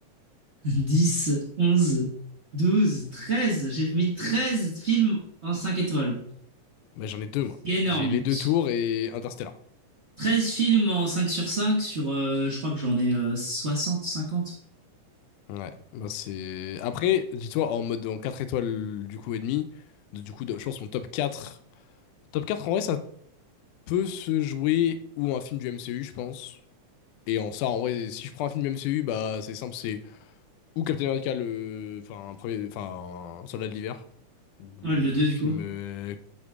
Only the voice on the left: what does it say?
Mais j'en ai deux, moi.
J'ai les deux tours et Interstellar.
Ouais, moi, c'est. Après, dis-toi, en mode, en 4 étoiles, du coup, et demi, de- du coup, de- je pense que mon top 4. Top 4, en vrai, ça peut se jouer ou un film du MCU, je pense. Et en ça, en vrai, si je prends un film du MCU, bah c'est simple, c'est ou Captain America, le... enfin, un premier... enfin, un Soldat de l'hiver. Euh,
film.
euh,